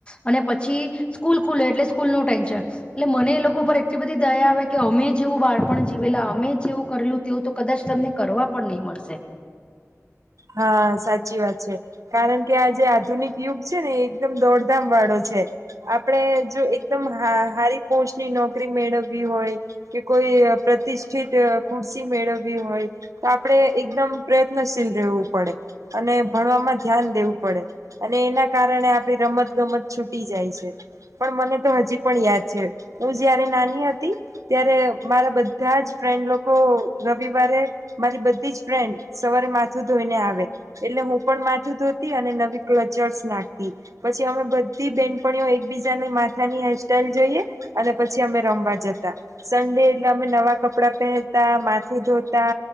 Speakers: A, on the left; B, on the right.
A: અને પછી સ્કૂલ ખુલે એટલે સ્કૂલ નું ટેન્શન એટલે મને એ લોકો પર એટલી બધી દયા આવે કે અમે જેવું બાળપણ જીવેલા અમે જેવું કરેલું તેવું તો કદાચ તમને કરવા પણ નહી મળશે.
B: હા સાચી વાત છે કારણ કે આ જે આધુનિક યુગ છે ને એ એકદમ દોડધામ વાળો છે આપણેે જો એકદમ હ હારી પોસ્ટની નોકરી મેળવવી હોય કે કોઈ પ્રતિષ્ઠિત ખુરશી મેળવવી હોય તો આપણે એકદમ પ્રયત્નશીલ રહેવું પડે અને ભણવામાં ધ્યાન દેવું પડે અને એના કારણે આપડી રમત ગમત છૂટી જાય છે પણ મને તો હજી પણ યાદ છે હું જયારે નાની હતી ત્યારે મારા બધા જ ફ્રેન્ડ લોકો રવિવારે મારી બધી જ ફ્રેન્ડ સવારે માથું ધોઈને આવે એટલે હું પણ માથું ધોતી અને નવી ક્લચર્સ નાખતી પછી અમે બધી બેનપણીઓ એકબીજાની માથાની હેરસ્ટાઈલ જોઈએ અને પછી અમે રમવા જતા સન્ડે એટલે અમે નવા કપડા પહેરતા માથું ધોતા